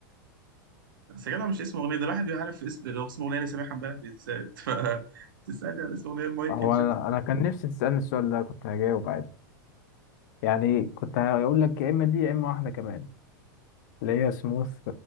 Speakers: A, on the right; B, on the left.
A: بس يا جدع مش اسم أغنية ده الواحد بيعرف اسم لو اسم أغنية اللي سامعها امبارح بيتسال <laughs> ف تسألني على اسم أغنية مايكل
B: هو
A: جاكسون
B: أنا أنا كان نفسي تسألني السؤال ده كنت هجاوب عادي يعني كنت هقول لك يا إما دي يا إما واحدة كمان اللي هي سموث